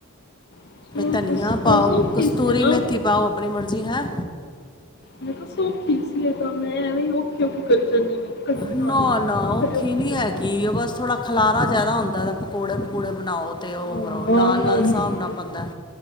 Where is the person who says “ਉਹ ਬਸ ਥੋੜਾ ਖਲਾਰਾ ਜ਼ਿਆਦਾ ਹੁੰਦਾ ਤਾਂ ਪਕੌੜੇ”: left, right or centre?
Left